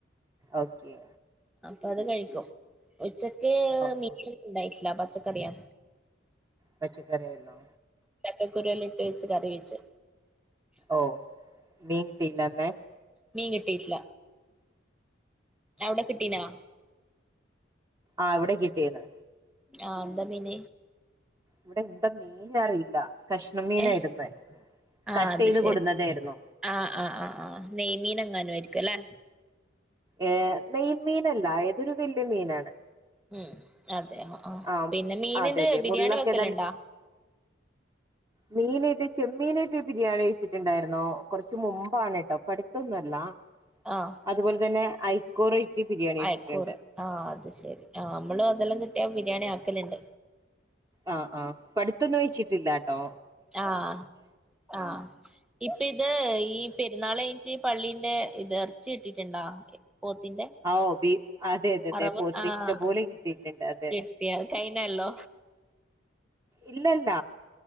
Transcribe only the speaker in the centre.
അപ്പൊ അത് കഴിക്കും ഉച്ചക്ക്
മീൻ ന്നും ണ്ടായിട്ട്ല്ല പച്ചക്കറിയാ
ചക്കുരു ല്ലം ഇട്ട് വെച്ച് കറി വെച്ച്
മീൻ കിട്ടീട്ട്ല്ല അവ്ടെ കിട്ടീനാ
ആഹ് എന്താ മീൻ
ഏഹ് ആഹ്
അത്
ശരി
ആഹ് ആഹ് ആഹ് ആഹ് നെയ്മീനെ ങ്ങാനും അയ്ര്ക്കും അല്ലെ
ഉം ഉം അതെ ആഹ്
പിന്നെ മീനിന്റെ
ബിരിയാണി
വെക്കല്ണ്ടോ
ആഹ്
അയക്കൂറ് ആഹ് അത് ശെരി ആഹ് നമ്മള് അതെല്ലാം കിട്ടിയാ ബിരിയാണി ആക്കല്ണ്ട്
ആഹ് ആഹ് ഇപ്പ ഇത് ഈ പെര്ന്നാള് യ്റ്റ് പള്ളീന്റെ ഇത് എർച്ചി കിട്ടീട്ട്ണ്ടാ പോത്തിന്റെ
അറവ്
ആഹ്
കിട്ടിയ കഴിഞ്ഞല്ലോ